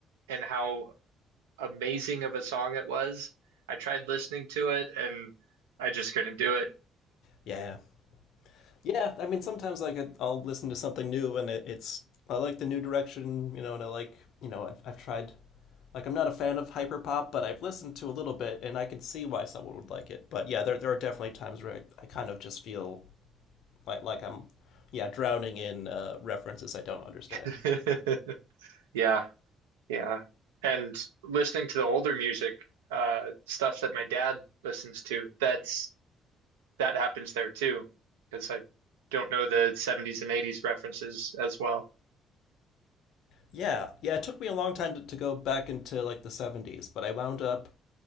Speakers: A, on the right; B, on the left.
A: and how amazing of a song it was, I tried listening to it and I just couldn't do
B: Yeah, Yeah, I mean, sometimes like I- I'll listen to something new and it, it's I like the new direction, you know, and I like, you know, I've I've tried like I'm not a fan of hyperpop, but I've listened to a little bit and I can see why someone would like it. But yeah, there there are definitely times where I, I kind of just feel like like I'm yeah, drowning in uh references I don't understand.
A: it. <laughs> Yeah, yeah. And listening to the older music, uh, stuff that my dad listens to, that's that happens there too, because I don't know the 70s and 80s references as well.
B: Yeah, yeah, it took me a long time to, to go back into like the 70s, but I wound up